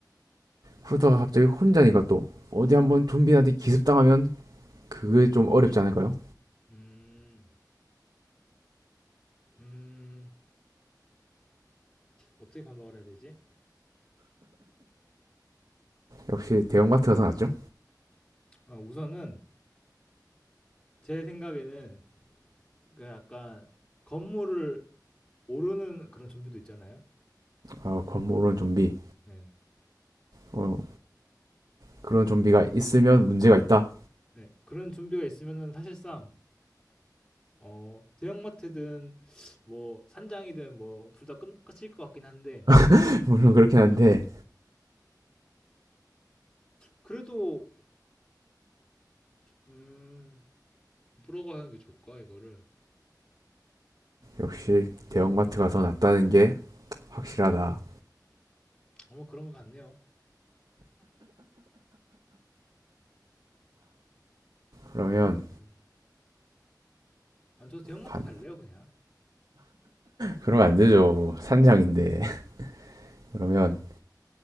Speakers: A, on the right (about 65°); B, on the left (about 20°).
A: 그러다가 갑자기 혼자니까 또 어디 한번 좀비한테 기습당하면 그게 좀 어렵지 않을까요?
B: 음. 음. 어떻게 반박을 해야 되지?
A: 역시 대형마트가 더 낫죠.
B: 아 우선은 제 생각에는 그 약간 건물을 오르는 그런 좀비도 있잖아요.
A: 아, 건물은 좀비.
B: 네.
A: 어, 그런 좀비가 있으면 문제가 있다.
B: 네. 그런 좀비가 있으면은 사실상 어, 대형마트든 뭐 산장이든 뭐 둘 다 끝일 것 같긴 한데
A: <laughs> 물론 그렇긴 한데
B: 그래도 음, 물어가 하는 게 좋을까 이거를
A: 역시 대형마트가 더 낫다는 게 확실하다.
B: 아마 뭐 그런 것 같네요.
A: 그러면
B: 대형마트. 안 저도 대형마트
A: 반.
B: 갈래요 그냥.
A: 그러면 안 되죠. 산장인데. <laughs> 그러면